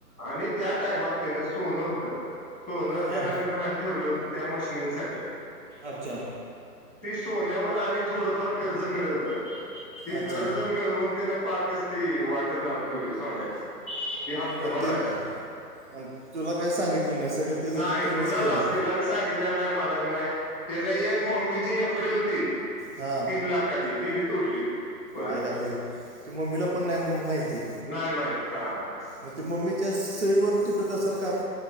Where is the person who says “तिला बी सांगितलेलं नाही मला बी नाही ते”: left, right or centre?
Centre